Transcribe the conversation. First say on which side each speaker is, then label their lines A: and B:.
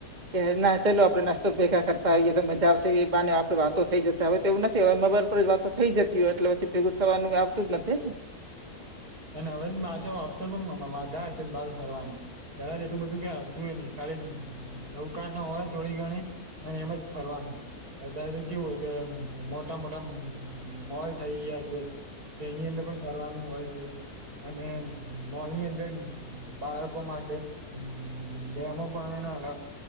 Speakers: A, on the right; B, on the right.
A: કે ના ચાલો આપડે નાસ્તો ભેગા કરતા હોઈએ તો મજાશે એ આપડ વાતો થઈ જશે હવે તો એવું નથી હ મબર આપ વાતો થઈ જતી હોય એટલે પછી ભેગું થવાનું આવતું જ નથી ને.
B: અને હવે પાછા ઓપ્શન વધારે છે ને બહાર ફરવ તાર એટલું બધું ક હતું એ નહ, ખાલી દકાાન ન હોય થોડી ઘણી અને એમ જ ફરવાનું. અ ત કેવું હોય કે મોટા મોટા મોલ થઇ ગયા છે. તો એની અંદર પણ ફરવાનું હોય છે. અને મોલની અંદર બાળકો માટે. હમ જેમ ભનાલા